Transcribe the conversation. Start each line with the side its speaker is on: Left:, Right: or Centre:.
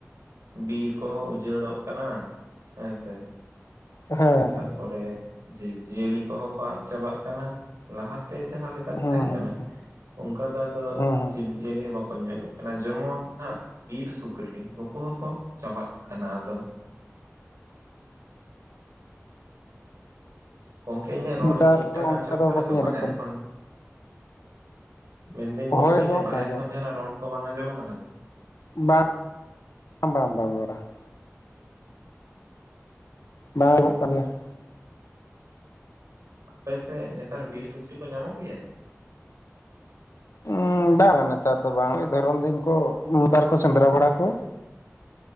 Right: ᱵᱤᱨ ᱠᱚᱦᱚᱸ ᱩᱡᱟᱹᱲᱚᱜ ᱠᱟᱱᱟ ᱦᱮᱸᱥᱮ ᱾
Left: ᱦᱮᱸ ᱦᱮᱸ ᱾
Right: ᱯᱚᱨᱮ ᱡᱤᱵᱽ ᱡᱤᱭᱟᱹᱞᱤ ᱠᱚᱦᱚᱸ ᱠᱚ ᱟᱫ ᱪᱟᱵᱟᱜ ᱠᱟᱱᱟ ᱾ ᱞᱟᱦᱟᱛᱮ ᱡᱟᱦᱟᱸ ᱞᱮᱠᱟ ᱛᱟᱦᱮᱸᱜ
Left: ᱦᱩᱸ ᱦᱩᱸ
Right: ᱠᱟᱱᱟ,
Left: ᱦᱩᱸ
Right: ᱚᱝᱠᱟ ᱫᱚ ᱟᱫᱚ
Left: ᱦᱩᱸ ᱦᱩᱸ
Right: ᱡᱤᱵᱽᱡᱤᱭᱟᱹᱞᱤ ᱦᱚᱸ ᱵᱟᱠᱚ ᱧᱚᱜ ᱠᱟᱱᱟ, ᱡᱮᱢᱚᱱ ᱵᱤᱨ ᱥᱩᱠᱨᱤ ᱱᱩᱠᱩ ᱦᱚᱸᱠᱚ ᱪᱟᱵᱟᱜ ᱠᱟᱱᱟ ᱟᱫᱚ ᱠᱚᱝᱠᱮ ᱤᱧᱟᱹᱜ
Left: ᱱᱮᱛᱟᱨ
Right: ᱨᱚᱲ ᱴᱷᱤᱠᱴᱷᱟᱠ
Left: ᱚᱱᱠᱟ
Right: ᱟᱸᱡᱚᱢᱚᱜ
Left: ᱫᱚ
Right: ᱠᱟᱱᱟ
Left: ᱵᱟᱠᱚ
Right: ᱛᱚ
Left: ᱧᱮᱞᱚᱜ
Right: ᱵᱟᱦᱮᱨ
Left: ᱠᱟᱱᱟ
Right: ᱠᱷᱚᱱ? ᱢᱮᱱᱫᱟᱹᱧ
Left: ᱦᱳᱭ
Right: ᱜᱚᱝᱠᱮ
Left: ᱟᱸᱡᱚᱢᱚᱜ
Right: ᱤᱧᱟᱹᱜ ᱵᱟᱦᱮᱨ
Left: ᱠᱟᱱᱟ ᱟᱸᱡᱚᱢᱚᱜ
Right: ᱠᱷᱚᱱ ᱡᱟᱦᱟᱱᱟᱜ ᱨᱚᱲ ᱠᱚ ᱵᱟᱝ ᱟᱸᱡᱚᱢᱚᱜ ᱠᱟᱱᱟ ᱛᱚ?
Left: ᱵᱟᱝ ᱵᱟᱝ ᱵᱟᱝ ᱵᱟᱝ ᱾ ᱵᱟᱝ ᱟᱸᱡᱚᱢᱚᱜ ᱠᱟᱱ ᱜᱮᱭᱟ ᱾
Right: ᱟᱯᱮᱥᱮᱫ ᱱᱮᱛᱟᱨ ᱵᱤᱨ ᱥᱩᱠᱨᱤ ᱠᱚ ᱧᱟᱢᱚᱜ ᱜᱮᱭᱟ?
Left: ᱩᱸᱻ ᱵᱟ ᱵᱟ ᱱᱮᱛᱟᱨ ᱫᱚ ᱵᱟᱝ ᱳᱭ ᱫᱷᱚᱨᱚᱱ ᱫᱤᱱ ᱠᱚ ᱢᱤᱜ ᱵᱟᱨ ᱠᱚ ᱥᱮᱸᱫᱽᱨᱟ ᱵᱟᱲᱟ ᱠᱚᱣᱟ ᱾